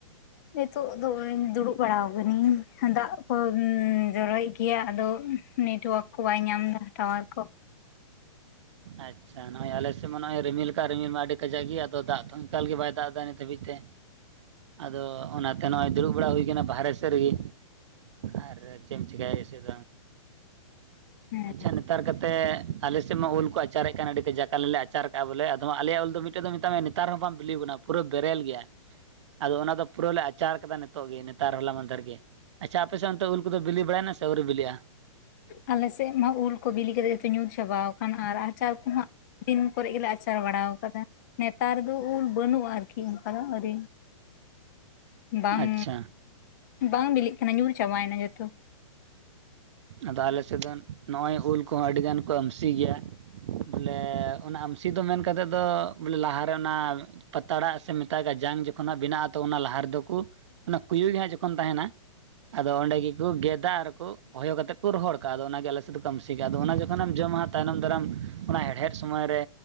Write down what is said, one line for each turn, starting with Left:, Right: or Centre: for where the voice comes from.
Left: ᱱᱤᱛᱚᱜ ᱫᱚ ᱤᱧ ᱫᱩᱲᱩᱵ ᱵᱟᱲᱟ ᱟᱠᱟᱱᱤᱧ ᱫᱟᱜ ᱠᱚ ᱡᱚᱨᱚᱭᱮᱫ ᱜᱮᱭᱟ ᱟᱫᱚ ᱱᱮᱴᱳᱣᱟᱨᱠ ᱠᱚ ᱵᱟᱭ ᱧᱟᱢ ᱫᱟ ᱴᱟᱣᱟᱨ ᱠᱚ
Right: ᱟᱪᱪᱷᱟ ᱱᱚᱜ ᱚᱚᱭ ᱟᱞᱮᱥᱮᱫ ᱢᱟ ᱱᱚᱜ ᱚᱚᱭ ᱨᱤᱢᱤᱞ ᱠᱟᱜ ᱨᱤᱢᱤᱞ ᱢᱟ ᱟᱹᱰᱤ ᱠᱟᱡᱟᱜ ᱜᱮ ᱫᱟᱜ ᱫᱚ ᱮᱠᱟᱞ ᱜᱮ ᱵᱟᱭ ᱫᱟᱜ ᱮᱫᱟ ᱱᱤᱛ ᱦᱟᱹᱵᱤᱡ ᱛᱮ ᱟᱫᱚ ᱚᱱᱟᱛᱮ ᱱᱚᱜᱼᱚᱭ ᱫᱩᱲᱩᱵ ᱵᱟᱲᱟ ᱦᱩᱭᱠᱟᱱᱟ ᱵᱟᱨᱦᱮ ᱥᱮᱫ ᱨᱮᱜᱮ ᱟᱨ ᱪᱮᱫ ᱮᱢ ᱪᱠᱟᱭᱟ ᱥᱮᱫ
Left: ᱦᱮᱸ
Right: ᱟᱪᱪᱷᱟ ᱱᱮᱛᱟᱨ ᱠᱟᱛᱮ ᱟᱞᱮ ᱥᱮᱫ ᱢᱟ ᱩᱞ ᱠᱚ ᱟᱪᱟᱨᱮᱫ ᱠᱟᱱ ᱟᱹᱰᱤ ᱡᱟᱠᱟᱞᱮ ᱟᱪᱟᱨ ᱠᱟᱜᱼᱟ ᱵᱚᱞᱮ ᱟᱫᱚ ᱟᱞᱮ ᱩᱞ ᱫᱚ ᱢᱤᱫᱴᱮᱱ ᱫᱚ ᱢᱮᱛᱟᱜ ᱢᱮᱭᱟ ᱱᱮᱛᱟᱨ ᱦᱚᱸ ᱵᱟᱢ ᱵᱤᱞᱤ ᱟᱠᱟᱱᱟ ᱯᱩᱨᱟᱹ ᱵᱮᱨᱮᱞ ᱜᱮᱭᱟ᱾ ᱟᱫᱚ ᱚᱱᱟ ᱫᱚ ᱯᱩᱨᱟᱹ ᱞᱮ ᱟᱪᱟᱨ ᱠᱟᱫᱟ, ᱱᱤᱛᱚᱜ ᱜᱮ ᱱᱮᱛᱟᱨ ᱦᱚᱞᱟ ᱢᱟᱫᱷᱮᱨ ᱜᱮ ᱟᱪᱪᱷᱟ ᱟᱯᱮ ᱥᱮᱫ ᱛᱚ ᱩᱞ ᱠᱚᱫᱚ ᱵᱤᱞᱤ ᱵᱟᱲᱟᱭᱱᱟ ᱥᱮ ᱟᱹᱣᱨᱤ ᱵᱤᱞᱤᱼᱟ?
Left: ᱟᱞᱮ ᱥᱮᱫ ᱢᱟ ᱩᱞ ᱠᱚ ᱵᱤᱞᱤ ᱠᱟᱛᱮᱜ ᱡᱚᱛᱚ ᱧᱩᱨ ᱪᱟᱵᱟᱣ ᱟᱠᱟᱱᱟ ᱟᱨ ᱟᱪᱟᱨ ᱠᱚ ᱦᱟᱸᱜ ᱫᱤᱱ ᱠᱚᱨᱮ ᱜᱮᱞᱮ ᱟᱪᱟᱨ ᱵᱟᱲᱟ ᱟᱠᱟᱫᱟ᱾ ᱱᱮᱛᱟᱨ ᱫᱚ ᱩᱞ ᱵᱟᱹᱱᱩᱜᱼᱟ ᱟᱨᱠᱤ ᱚᱱᱠᱟ ᱫᱚ ᱟᱹᱣᱨᱤ ᱵᱟᱝᱻ
Right: ᱟᱪᱪᱷᱟ
Left: ᱵᱟᱝ ᱵᱤᱞᱤᱜ ᱠᱟᱱᱟ ᱧᱩᱨ ᱪᱟᱵᱟᱭᱮᱱᱟ ᱡᱷᱚᱛᱚ᱾
Right: ᱟᱫᱚ ᱟᱞᱮ ᱥᱮᱫ ᱫᱚ ᱱᱚᱜᱼᱚᱭ ᱩᱞ ᱠᱚᱦᱚᱸ ᱟᱹᱰᱤ ᱜᱟᱱ ᱠᱚ ᱟᱢᱥᱤᱭ ᱜᱮᱭᱟ ᱵᱚᱞᱮ ᱚᱱᱟ ᱟᱢᱥᱤ ᱫᱚ ᱢᱮᱱ ᱠᱟᱛᱮᱫ ᱫᱚ ᱵᱚᱞᱮ ᱞᱟᱦᱟᱨᱮ ᱚᱱᱟ ᱯᱟᱛᱲᱟᱜ ᱥᱮ ᱢᱮᱛᱟ ᱜᱟ ᱡᱟᱝ ᱡᱚᱠᱷᱚᱱᱟᱜ ᱵᱮᱱᱟᱜᱼᱟ ᱛᱚ ᱚᱱᱟ ᱞᱟᱦᱟ ᱨᱮᱫᱚ ᱠᱩ ᱚᱱᱟ ᱠᱩᱭᱩ ᱜᱮ ᱦᱟᱸᱜ ᱡᱚᱠᱷᱚᱱ ᱛᱟᱦᱮᱱᱟ ᱟᱫᱚ ᱚᱸᱰᱮ ᱜᱮᱠᱩ ᱜᱮᱫ ᱫᱟᱜ ᱨᱮᱠᱚ ᱦᱚᱭᱚ ᱠᱟᱛᱮ ᱠᱚ ᱨᱚᱦᱚᱲ ᱠᱟᱜᱼᱟ ᱟᱨ ᱠᱩ ᱦᱚᱭᱚ ᱠᱟᱛᱮ ᱠᱩ ᱨᱚᱦᱚᱲ ᱠᱟᱜ ᱟ ᱟᱫᱚ ᱚᱱᱟᱜᱮ ᱟᱞᱮ ᱥᱮᱫ ᱫᱚ ᱠᱩ ᱟᱢᱥᱤ ᱠᱟᱜᱼᱟ ᱟᱫᱚ ᱚᱱᱟ ᱡᱚᱠᱷᱚᱱᱮᱢ ᱡᱚᱢᱟ ᱦᱟᱜ ᱛᱟᱭᱱᱚᱢ ᱫᱟᱨᱟᱢ ᱚᱱᱟ ᱦᱮᱲᱦᱮᱫ ᱥᱚᱢᱚᱭ ᱨᱮ